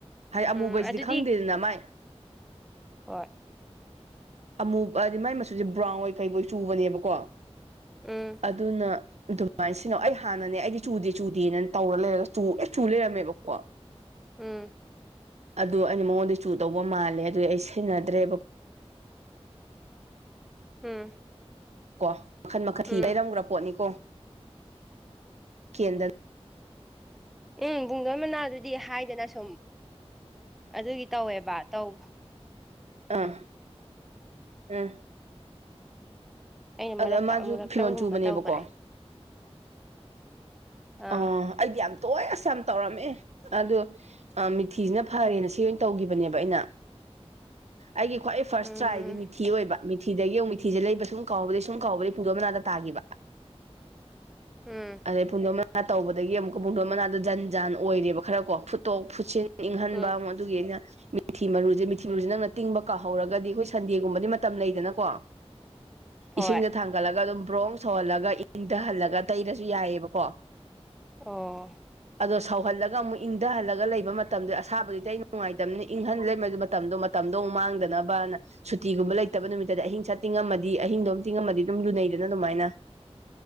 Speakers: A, on the right (about 90°); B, in the centre.
A: ꯍꯥꯏ ꯑꯃꯨꯕꯁꯤꯗꯤ
B: ꯎꯝ ꯑꯗꯨꯗꯤ
A: ꯈꯪꯗꯦꯗꯅ ꯃꯥꯏ
B: ꯍꯣꯏ
A: ꯑꯃꯨ ꯍꯥꯏꯗꯤ ꯃꯥꯏ ꯃꯆꯨꯖꯦ ꯕ꯭ꯔꯥꯎꯟ ꯍꯣꯏ ꯀꯩ ꯑꯣꯏ ꯆꯨꯕꯅꯦꯕꯀꯣ
B: ꯎꯝ
A: ꯑꯗꯨꯅ ꯑꯗꯨ ꯁꯨꯃꯥꯏꯅ ꯁꯤꯟꯅꯧ ꯑꯩ ꯍꯥꯟꯅꯅꯦ ꯑꯩꯗꯤ ꯆꯨꯗꯦ ꯆꯨꯗꯦꯅ ꯇꯧꯔ ꯂꯩꯔꯒ ꯆꯨ ꯂ ꯆꯨ ꯂꯩꯔꯝꯃꯦꯕꯀꯣ
B: ꯎꯝ
A: ꯑꯗꯨ ꯑꯩꯅ ꯃꯉꯣꯟꯗ ꯆꯨ ꯗꯧꯕ ꯃꯥꯜꯂꯦ ꯑꯗꯨꯗꯤ ꯑꯩ ꯁꯤꯟꯅꯗ꯭ꯔꯦꯕ
B: ꯎꯝ
A: ꯀꯣ ꯃꯈꯟ ꯃꯈꯟ
B: ꯎꯝ
A: ꯊꯤ ꯇꯩꯔꯝꯒ꯭ꯔ ꯄꯣꯠꯅꯤꯀꯣ ꯀꯦꯟꯗ
B: ꯎꯝ ꯄꯨꯡꯗꯣꯟ ꯃꯅꯥꯗꯨꯗꯤ ꯍꯥꯏꯗꯅ ꯁꯨꯝ ꯑꯗꯨꯒꯤ ꯇꯧꯋꯦꯕ ꯇꯧ
A: ꯑ ꯎꯝ
B: ꯑꯩꯅ
A: ꯑꯗ
B: ꯃꯔꯛꯇ
A: ꯃꯥꯁꯨ
B: ꯑꯃꯨꯔꯛꯇꯪꯒꯨꯝꯕ
A: ꯐꯤꯔꯣꯜ ꯆꯨꯕꯅꯦꯕꯀꯣ
B: ꯇꯧꯒ꯭ꯔꯦ꯫ ꯑꯥ
A: ꯑ ꯑꯩꯗꯤ ꯌꯥꯝ ꯇꯣꯏ ꯑꯁ ꯌꯥꯝ ꯇꯧꯔꯝꯃꯦ ꯑꯗꯨ ꯑ ꯃꯤꯊꯤꯖꯤꯅ ꯐꯔꯦꯅ ꯁꯤ ꯑꯣꯏꯅ ꯇꯧꯒꯤꯕꯅꯦꯕ ꯑꯩꯅ꯫ ꯑꯩꯒꯤ ꯈ꯭ꯋꯥꯏ ꯐꯥꯔꯁ
B: ꯎꯝ
A: ꯇ꯭ꯔꯥꯏꯗꯤ ꯃꯤꯊꯤ ꯑꯣꯏꯕ ꯃꯤꯊꯤꯗꯒꯤ ꯑꯃꯨꯛ ꯃꯤꯊꯤꯁꯦ ꯂꯩꯕ ꯁꯨꯝ ꯀꯥꯎꯕꯗꯩ ꯁꯨꯝ ꯀꯥꯎꯕꯗꯩ ꯄꯨꯡꯗꯣꯟ ꯃꯅꯥꯗ ꯇꯥꯈꯤꯕ
B: ꯎꯝ
A: ꯑꯗꯩ ꯄꯨꯡꯗꯣꯟ ꯃꯅꯥ ꯇꯧꯕꯗꯒꯤ ꯑꯃꯨꯛꯀ ꯄꯨꯡꯗꯣꯟ ꯃꯅꯥꯗꯣ ꯖꯟ ꯖꯥꯟ ꯑꯣꯏꯔꯦꯕ ꯈꯔ ꯀꯣ ꯐꯨꯠꯇꯣꯛ ꯐꯨꯠꯁꯤꯟ ꯏꯪꯍꯟꯕ
B: ꯎꯝ
A: ꯑꯃꯨꯛ ꯑꯗꯨꯒꯤ ꯑꯩꯅ ꯃꯤꯊꯤ ꯃꯔꯨꯖ‌ꯦ ꯃꯤꯊꯤ ꯃꯔꯨꯖ‌ꯦ ꯅꯪꯅ ꯇꯤꯡꯕ ꯀꯥꯎꯍꯧꯔꯒꯗꯤ ꯍ‌ꯣꯏ ꯁꯟꯗꯦꯒꯨꯝꯕꯗꯤ ꯃꯇꯝ ꯂꯩꯗꯅꯀꯣ
B: ꯍꯣꯏ
A: ꯏꯁꯤꯡꯗ ꯊꯥꯡꯒꯠꯂꯒ ꯑꯗꯨꯝ ꯕ꯭ꯔꯣꯡ ꯁꯧꯍꯜꯂꯒ ꯏꯪꯗꯍꯜꯂꯒ ꯇꯩꯔꯁꯨ ꯌꯥꯏꯌ‌ꯦꯕꯀꯣ
B: ꯑꯣ
A: ꯑꯗꯣ ꯁꯧꯍꯜꯂꯒ ꯑꯃꯨꯛ ꯏꯪ‌‍‍ꯙꯍꯜꯂꯒ ꯂꯩꯕ ꯃꯇꯝꯗꯣ ꯑꯁꯥꯕꯗꯨꯗꯤ ꯇꯩ ꯅꯨꯡꯉꯥꯏꯇꯝꯅꯤꯅ ꯏꯪꯍꯟ ꯂꯩꯃ ꯃꯇꯝꯗꯣ ꯇꯝꯗ‌ꯣ ꯃꯨꯛ ꯃꯥꯡꯗꯅꯕꯅ ꯁꯨꯇꯤꯒꯨꯝꯕ ꯂꯩꯇꯕ ꯅꯨꯃꯤꯠꯇꯗꯤ ꯑꯍꯤꯡ ꯁꯥꯠ ꯇꯤꯡꯉꯝꯃꯗꯤ ꯑꯍꯤꯡꯗꯣꯝ ꯇꯤꯡꯉꯝꯃꯗꯤ ꯑꯗꯨꯝ ꯂꯨꯅꯩꯗꯅ ꯗꯨꯃꯥꯏꯅ